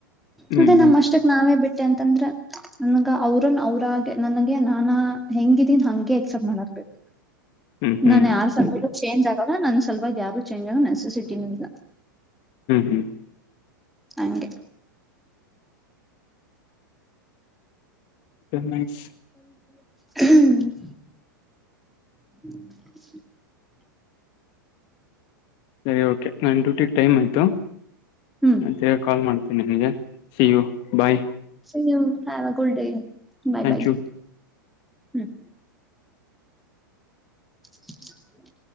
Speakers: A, on the left; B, in the centre.
A: ಹ್ಮ್
B: ಮತ್ತೆ ನಮ್ಮ್
A: ಹ್ಮ್
B: ಅಷ್ಟಕ್ ನಾವೇ ಬಿಟ್ಟೆ ಅಂತಂದ್ರ ನನ್ಗ ಅವ್ರನ್ ಅವ್ರಾಗೆ ನನಗೆ ನಾನ ಹೆಂಗಿದೀನ್ ಹಂಗೆ ಎಕ್ಸೆಪ್ಟ್ ಮಾಡಾದ್ಬೇಕು
A: ಹ್ಮ್ ಹ್ಮ್ ಹ್ಮ್
B: ನಾನ್ ಯಾರ್ ಸಂಗಿಲು ಚೇಂಜ್ ಆಗಲ್ಲ ನನ್ ಸಲವಾಗಿ ಯಾರು ಚೇಂಜ್ ಆಗ ನೆಸಸಿಟಿನೂ ಇಲ್ಲ
A: ಹ್ಮ್
B: ಹಂಗೆ
A: ನೈಸ್
B: <inaudible> <inaudible>
A: ಸರಿ ಓಕೆ ನನ್ ಡ್ಯೂಟಿಗ್ ಟೈಮ್ ಆಯಿತು
B: ಹ್ಮ್ ಹ್ಮ್
A: ಮತ್ತೇ ಕಾಲ್ ಮಾಡ್ತೀನಿ ನಿಮಗೆ see you bye
B: see you have a good day bye
A: thank
B: bye
A: you
B: hmm <inaudible>